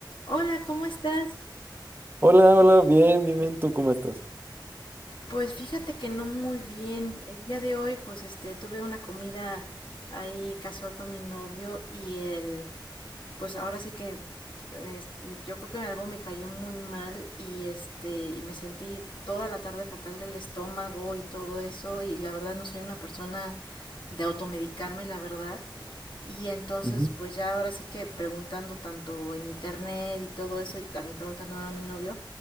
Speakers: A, on the left; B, on the right.
A: Hola, ¿cómo estás?
B: Hola, hola, bien, bien, bien, ¿tú cómo estás?
A: Pues fíjate que no muy bien. El día de hoy, pues este, tuve una comida ahí casual con mi novio y él, pues ahora sí que es- yo creo que algo me cayó muy mal y este, y me sentí toda la tarde fatal del estómago y todo eso y la verdad no soy una persona de automedicarme, la verdad. Y entonces,
B: Ujú,
A: pues ya ahora sí que preguntando tanto en internet y todo eso, y también preguntando a mi novio,